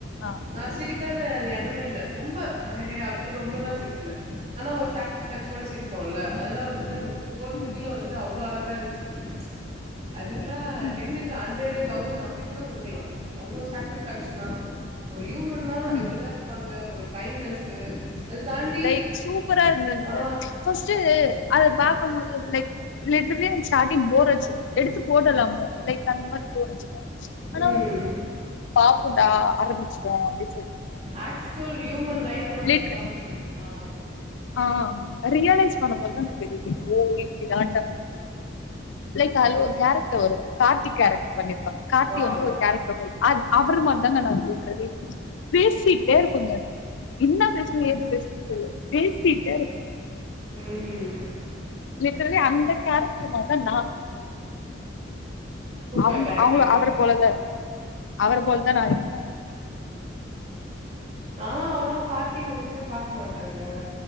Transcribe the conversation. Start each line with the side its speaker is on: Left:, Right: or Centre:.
Left: ஆ
Right: நா சிரி காத அது எடமே இல்ல ரொம்ப ஹ ஹே அப்பில்லா ரொம்பல்லா சிரிக்ல ஆனா ஒரு சாக்ட்டிஸ் பேக்ஷனோட சிரிபோல்ல அதெல்லா வந்து அந்த வோல் மூவில
Left: ம்
Right: வந்து அவ்ளோ அழகா இருந்ச்சி அதுக்ல்லா
Left: ம்
Right: டென்னுக் கு ஹண்ரடு தௌசன் அப்டி கூட குடுக்கலா அவ்ளோ சாட்டிஸ் பேக்க்ஷனா ஒரு யூமன்னா
Left: ம்
Right: இப்டிதா இருப்பாங்க ஒரு கைண்னசு அது தாண்டி
Left: லைக் சூப்பரா இருந்தங்க
Right: ஆ
Left: சோ சு அத பாக்க மோது லைக் லிட்ர்லி ஆம் ஸ்டாடிங் போர் ஆச்சி எடுத்து போட்டர்லாமோ லைக் அந்த மாரி தோனுச்சுங்க ஆனா
Right: ம்.
Left: வந்து பாப்போடா ஆரம்மிச்ட்டோ அப்டி
Right: ஆக்சுவல் யூமன் லைஃப் வந்து
Left: லிட்
Right: காமிச்சிருக்கு ஆ
Left: ஆ ரியலைஸ் பண்ண போது தாங்க தெரியுது ஓ இப்டி தான்டா லைக் அதுல ஒரு கேரக்ட் வரு கார்த்தி கேரக்ட் பண்ணிருப்பாங்க கார்த்தி
Right: வாவ்!
Left: வந்து ஒரு கேரக்டர் போயி அத் அவரு மார் தாங்க நா லிட்டரலி பேசிட்டே இருபங்க என்ன பேசனு ஏது பேசனுன் தெரியாது பேசிட்டே இருப்ப
Right: ம்.
Left: லிட்டர்லி அந்த கேரக்டர் மார் தா நா
Right: சூப்பர்
Left: அவுங்க
Right: கேரக்டருங்க
Left: அவுங்கள அவர போலதா அவர போல்தா நா இருக்க
Right: நாலா அவ்ளோ கார்த்தி மூவிசே பாக்க மாட்டங்க